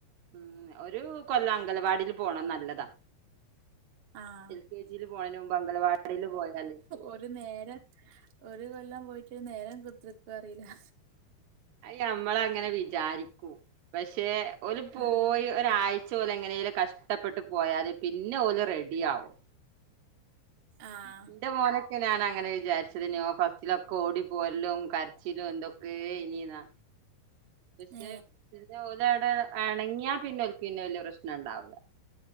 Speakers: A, on the right; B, on the right.
A: ഉം ഒരു കൊല്ലം അംഗലവാടീല് പോണെ നല്ലതാ
B: ആഹ്
A: എൽ കെ ജീല് പോയേനുമ്പ് അഗലവാടീല് പോയാലേ
B: ഒര് നേരം ഒരു കൊല്ലം പോയിട്ട് ഒര് നേരം കുത്ത്ർക്കാേ അറീലാ
A: അയ് ഞമ്മളങ്ങെനെ വിചാരിക്കും പക്ഷേ ഓല് പോയി
B: ആഹ്
A: ഒരായ് ച്ച ഓലെങ്ങെനേലും കഷ്ട്ടപ്പെട്ട് പോയാല് പിന്നോല് റെഡി ആവും
B: ആഹ്
A: ഉം ന്റെ മോനൊക്കെ ഞാനങ്ങെനെ വിചാര്ച്ചെത് ഞ്ഞോൻ ഫസ്റ്റ്ലൊക്കെ ഓടി പോരെലും കര്ച്ചിലും എന്തൊക്കേനീന്നാ പക്ഷെ
B: ഏ
A: പിന്നെ ഓലെവ്ടെ എണെങ്ങ്യാ പിന്നൊല്ക്ക് പിന്നെ വെല്യ പ്രശ്നണ്ടാവുല